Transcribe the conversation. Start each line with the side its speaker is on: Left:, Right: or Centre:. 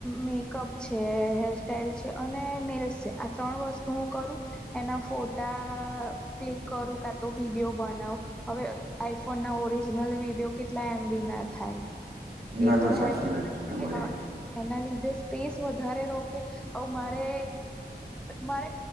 Centre: મેકઅપ. છે હેર સ્ટાઇલ છે, અને નેઈલસ છે. આ ત્રણ વસ્તુ હું કરું એના ફોટા. ક્લિક કરું કાં તો વિડીયો બનાવુ. હવે આઈફોન ના ઓરિજિનલ વિડીયો કેટલા એમ બી ના થાય?
Right: ના
Centre: એ
Right: ના
Centre: તો હે
Right: સાચી વાત. છે તમારી
Centre: હા એના લીધે સ્પેસ વધારે રોકે હવે મારે, મારે